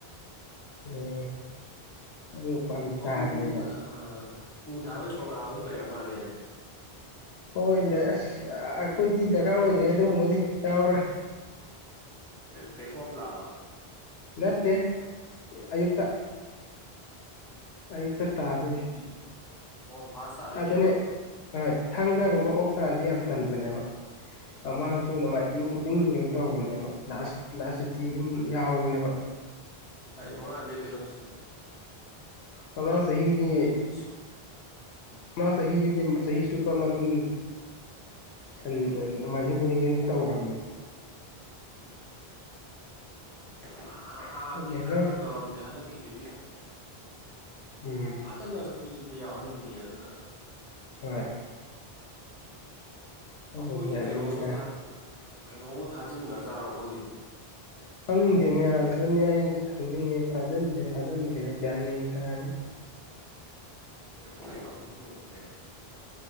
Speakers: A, on the left; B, on the left.
A: <inaudible> ꯄꯥꯜꯂꯤ ꯇꯥꯔꯦꯕ
B: ꯎ ꯑ ꯎ ꯊꯥꯕꯩ ꯄ꯭ꯔꯣꯒꯥ꯭ꯔꯝ ꯑꯨ ꯂꯩꯔ ꯃꯥꯜꯂꯦꯅꯦ
A: ꯍꯣꯏ ꯂꯩ ꯑꯁ ꯑꯩꯈꯣꯏꯗꯤ ꯗꯔꯀꯥꯔ ꯑꯣꯏꯗ꯭ꯔꯦ ꯑꯗꯨꯒꯨꯝꯕꯗꯤ ꯌꯥꯎꯔꯣꯏ
B: ꯀꯩ ꯑꯣꯞ ꯂꯥꯛꯑꯕ
A: ꯅꯠꯇꯦ
B: ꯎꯝ
A: ꯑꯌꯨꯛꯇ ꯑꯩꯛꯇ
B: ꯗ꯭ꯌꯨꯇꯤ
A: ꯇꯥꯗꯅꯦꯅꯤ
B: ꯗ꯭ꯌꯨꯇꯤ ꯑꯣ ꯐꯥꯁ ꯇꯥꯗꯣꯏꯅꯦꯕ
A: ꯑꯗꯨꯗꯅꯦ ꯍ ꯊꯥꯡꯖꯥꯒꯨꯝꯕ ꯑꯣꯞ ꯇꯥꯔꯗꯤ ꯌꯥꯝ ꯇꯟꯕꯅꯦꯕ
B: ꯎꯝ
A: ꯃꯃꯥꯡꯁꯨ ꯅꯣꯡꯃꯥꯏꯖꯤꯡ ꯈꯨꯗꯤꯡ ꯀꯩꯅꯣ ꯇꯧꯕꯅꯦꯕ ꯂꯥꯁ ꯂꯥꯁ ꯨꯇꯤ ꯑꯗꯨꯝ ꯌꯥꯎꯕꯅꯦꯕ
B: ꯇꯥꯔꯤꯛ ꯃꯉꯥꯁꯦ ꯀꯩꯅꯣꯁ
A: ꯐꯂ ꯁꯍꯤꯅꯦ
B: ꯑꯩꯕꯨꯗꯤ
A: ꯎ ꯃꯥ ꯆꯍꯤꯍꯤꯗꯤ ꯁꯍꯤ ꯆꯨꯞꯄ ꯑꯗꯨꯝ ꯁꯟ ꯅꯣꯡꯃꯥꯏꯖꯤꯡ ꯈꯨꯗꯤꯡꯒꯤ ꯑꯗꯨꯝ ꯇꯧꯈꯕꯅꯦ
B: ꯎꯝ ꯍꯥꯟꯅꯗꯤ
A: ꯈꯪꯗꯦꯗ
B: ꯈꯔꯒ ꯇꯧꯔꯝꯅꯦ ꯍꯟꯗꯛꯀꯤꯁꯤꯗꯤ
A: ꯎꯝ
B: ꯐꯖꯅ ꯃꯤꯁꯦ ꯌꯥꯎꯍꯟꯕꯤꯅꯤ ꯑꯗꯨꯅ
A: ꯍꯣꯏ ꯈꯪꯗꯦ
B: ꯑꯩꯈꯣꯏꯒꯤ
A: ꯒ꯭ꯌꯥꯟ
B: ꯀꯩꯅꯣꯕꯨ
A: ꯃꯦꯟ ꯇꯥ
B: ꯀꯩꯅꯣꯕꯨ ꯊꯥꯖꯤꯟꯒ꯭ꯔꯖꯥꯔꯣ ꯑꯩꯈꯣꯏꯒꯤꯕꯨ
A: ꯈꯪꯗꯦꯅꯦ ꯑꯗꯨꯅꯦ ꯑꯩ ꯈꯪꯅꯤꯡꯉꯦ ꯊꯥꯖꯤꯟꯗꯁ꯭ꯔꯦ ꯊꯥꯖꯤꯟꯗ꯭ꯔꯦꯅ ꯒꯌꯥꯅꯦ ꯇꯥꯔꯦ
B: ꯑꯩ ꯑꯍꯨꯝ ꯌꯧꯁꯤꯂꯑꯦ